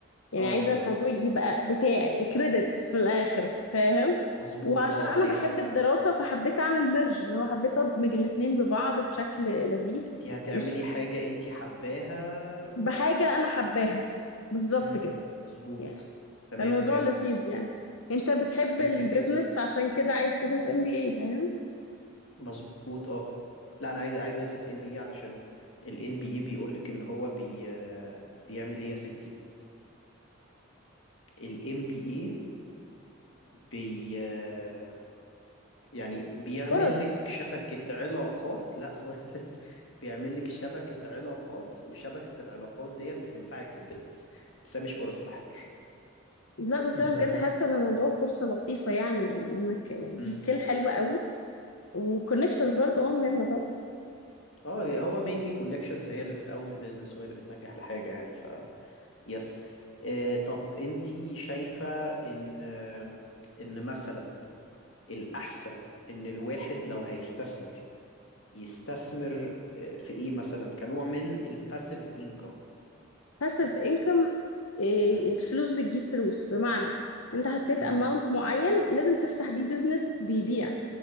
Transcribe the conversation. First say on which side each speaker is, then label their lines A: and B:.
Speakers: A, on the left (about 85°); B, on the left (about 65°).
A: يعني
B: اه
A: عايزه
B: فهمتك
A: الموضوع
B: فهمتك
A: يبقى بتاعي كريدتس في الاخر فاهم
B: مظبوط
A: وعشان
B: اه
A: انا
B: ايوه
A: بحب
B: طبعا
A: الدراسه فحبيت اعمل ميرج اللي هو حبيت ادمج الاتنين ببعض بشكل لذيذ
B: انت هتعملي
A: مش
B: حاجة انت حباها
A: بحاجة أنا حباها بالظبط
B: امم
A: كده
B: مظبوط
A: يعني
B: تمام
A: فالموضوع
B: فهمت
A: لذيذ يعني أنت بتحب
B: فهمتك
A: البيزنس
B: جدا
A: فعشان كده عايز تدرس ام بي اي فاهم
B: مظبوط اه لا انا عايز عايز ادرس ام بي اي علشان الان بي اي بيقول لك ان هو بي آه، بيعمل ايه يا ستي الام بي اي بي آه، يعني بيعمل
A: فرص
B: لك شبكة علاقات لا <laughs> خالص بيعمل لك شبكة علاقات وشبكة العلاقات ديت بتنفعك في البيزنس بس هي مش فرص ولا حاجة
A: لا بس
B: <laughs>
A: أنا
B: بس
A: بجد حاسة إن الموضوع فرصة لطيفة يعني يعني إنك دي
B: مم.
A: سكيل حلوة قوي وكونكشنز برضو اه مهمة طبعا
B: اه هو مينلي كونكشنز هي اللي بتقوم البيزنس وهي اللي بتنجح لحاجة يعني ف يس آه، طب انتي شايفة ان آه، ان مثلا الأحسن ان الواحد لو هيستثمر يستثمر آه، في ايه مثلا كنوع من الباسيف انكم
A: باسيف انكم
B: امم
A: الفلوس بتجيب فلوس بمعنى أنت حطيت
B: امم
A: اماونت معين لازم تفتح بيه بيزنس بيبيع